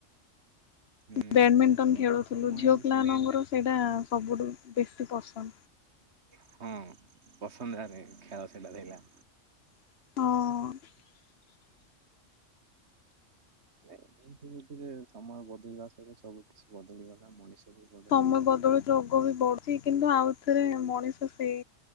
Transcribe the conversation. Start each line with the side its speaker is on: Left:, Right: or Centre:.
Right: ହୁଁ
Left: ବ୍ୟାଡମିଣ୍ଟନ
Right: ମାନେ
Left: ଖେଳୁଥିଲୁ
Right: ସମୟ
Left: ଝିଅ
Right: ହିଁ
Left: ପଲାମାନଙ୍କର
Right: ସେମିତି।
Left: ସେଇଟା ସବୁଠୁ ବେଶୀ ପସନ୍ଦ।
Right: ହୁଁ ପସନ୍ଦ ହାରେ ଖେଳ ସେଇଟା ଦେଲା
Left: ହଁ।
Right: <inaudible> ଧୀରେ ଧୀରେ ସମୟ ବଦଳିବା ସହିତ ସବୁ କିଛି ବଦଳିଗଲା ମଣିଷ। ବି ବଦଳିଗଲା।
Left: ସମୟ ବଦଳୁଛି ରୋଗ ବି ବଢୁଛି କିନ୍ତୁ ଆଉଥରେ ମଣିଷ ସେଇ